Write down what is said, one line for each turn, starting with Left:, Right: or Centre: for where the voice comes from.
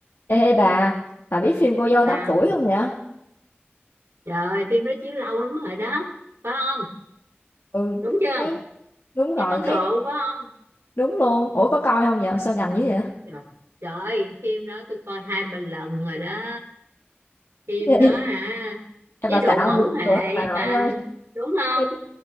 Left: Ê bà, bà biết phim Cô dâu 8
Right: Tao
Left: tuổi không vậy?
Right: trời ơi, phim đó chiếu lâu lắm rồi đó phải không
Left: Ừ,
Right: đúng chưa
Left: thấy đúng rồi,
Right: phim Ấn
Left: thấy
Right: Độ phải không
Left: đúng luôn. Ủa có coi không vậy? Sao gành dữ vậy?
Right: trời, trời ơi, phim đó tôi coi hai ba lần rồi đó phim
Left: Gì? <laughs>
Right: đó hả
Left: Em
Right: chế
Left: bà
Right: độ
Left: xạo
Right: mẫu
Left: gì
Right: hệ
Left: cửa bà nội
Right: mà
Left: ơi.
Right: đúng không
Left: Cái phim,